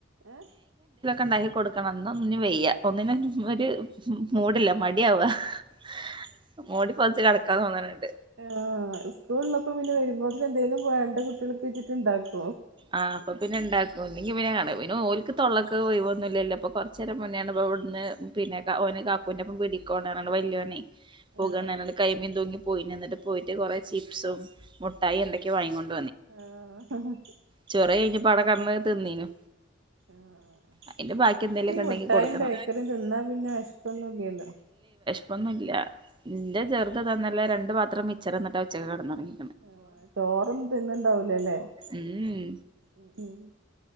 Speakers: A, on the right; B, on the right.
A: ഹ്
B: ഒണ്ടാക്കികൊടുക്കണംന്ന് അവന് വയ്യ ഒന്നിനും ഒര് മൂ മൂടില്ലമടിആവാമുടി പൊതച്ച്കെടക്കാൻതോന്നാനിണ്ട്
A: ആഹ്.. സ്കൂളിലപ്പ പിന്നെ വരുമ്പോതിന് എന്തെലുംപോയാണ്ട് കുട്ടികൾക്ക് വച്ചിട്ടുണ്ടാക്കോ
B: ആഹ് അപ്പൊ പിന്നെ ഇണ്ടാക്കും ഇല്ലെങ്കി പിന്നെഅടവിനോൽ തൊള്ളക്ക്ഒഴിവൊന്നുംഇല്ലല്ലോ അപ്പൊകൊറച്ച് നേരം മുന്നെയാണ് ഇപ്പോ ഇവിടുന്ന് പിന്നെഒന് കാക്കുണ്ടെ ഒപ്പംപേടിക്കോറണം വല്ല്യോനെ പോകാൻന്നാണ്കയ്യിമേൽതൂങ്ങി
A: ആഹ്
B: പോയി നിന്നിട്ട് പോയിട്ട് കുറെ ചിപ്സും മുട്ടായി എന്തൊക്കെയോ വാങ്ങിക്കൊണ്ട്
A: ആ... ഹ്
B: ചോറെകഴിഞ്ഞ്പ്പാടെകിടന്ന് തിന്നീനു
A: ആഹ്
B: അതിന്റെ ബാക്കി എന്തേലുമൊക്കെ
A: ഇപ്പ ഈ മുഠായും
B: ഉണ്ടെങ്കി കൊടുക്കണം
A: ബേക്കറിയും തിന്നാ പിന്നെ വിശപ്പൊന്നുംഇല്ലാലോ
B: പ്പോന്നില്ല ഇൻടെചെറുത്‌താഇന്നലെരണ്ട്പാത്രംമിക്ചെറ്തിന്നിട്ട്അ ഉച്ചക്ക്കിടന്ന്ഉറങ്ങി
A: ആ ചോറൊന്നും തിന്നണ്ടാവൂലേല്ലേ
B: ഉം
A: ഉഹും